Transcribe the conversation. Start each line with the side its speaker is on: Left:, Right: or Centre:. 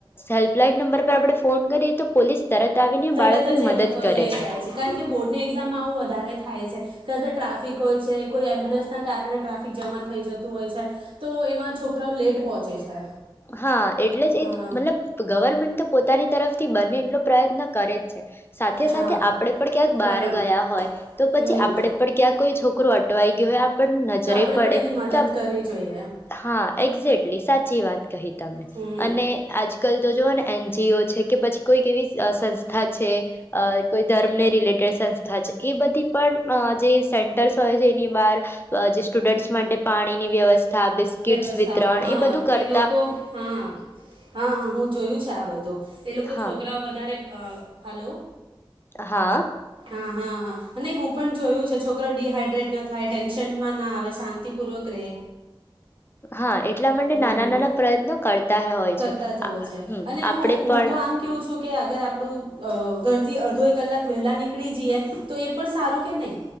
Left: હેલ્પલાઈન નંબર પર આપણે ફોન કરીએ તો પોલીસ તરત આવીને
Right: તરત
Left: બાળકની
Right: જ એ
Left: મદદ
Right: લોકો
Left: કરે
Right: લઈ જાય છે કારણ કે બોર્ડની એક્ઝામ આવું વધારે થાય છે કસે ટ્રાફિક હોય છે કોઈ એમ્બ્યુલન્સના કારણે ટ્રાફિક જમા થઈ જતું હોય છે તો એમાં છોકરાઓ લેટ પહોંચે છે.
Left: હા એટલે જ
Right: હા
Left: એ મતલબ ગવર્મેન્ટ તો પોતાની તરફથી બને એટલો પ્રયત્ન કરે જ છે સાથે સાથે
Right: હા આપણે
Left: આપણેે પણ ક્યાંક બહાર
Right: પણ
Left: ગયા હોય તો પછી
Right: હમ
Left: આપડે પણ ક્યાંક કોઈ છોક <unintelligible> અટવાઈ તોયે આપણ નજરે
Right: તો આપણે
Left: પડે
Right: પણ એની મદદ
Left: તો
Right: કરવી જોઈએ
Left: હા એક્ઝે્ટલી સાચી વાત કહી તમે
Right: હમ
Left: અને આજ આજકાલ તો જઓ ને એનજીઓ છે કે પછી કોઈ કે એવી સંસ્થા છે કોઈ ધર્મને રિલેટેડ સંસ્થા છે એ બધી પણ જે સેન્ટર્સ હોય છે એની બહાર જે સ્ટુડન્ટ્સ માટે પાણીની વ્યવસ્થા તથા બિસ્કીટસ
Right: વ્યવસ્થાઓ
Left: વિતરણ એ બધું કર
Right: કે હા હા હા હું જોયું છે વધુ એ લોકો
Left: હા
Right: છોકરા વધારે હલો
Left: હા
Right: હા હા હા નહી હું પણ જોયું છે છોકરો ડડીહાઈડ્રેટ ના થાય ટેન્શનમાં ના આવે શાંતિપૂર્વક રહે
Left: હા એટલા માટે
Right: હમ,
Left: નાના નાના પ્રયત્નો કરતા હોય
Right: કરતા
Left: છે
Right: જ હોય છે
Left: હમ
Right: અને
Left: આપણેે
Right: હું
Left: પણ
Right: હું તો આમ કહું છું કે અગર આપણું અ ઘર થી અડધો એક કલાક વહેલા ની કડી જઈએ તો એ પણ સારો કે નહી?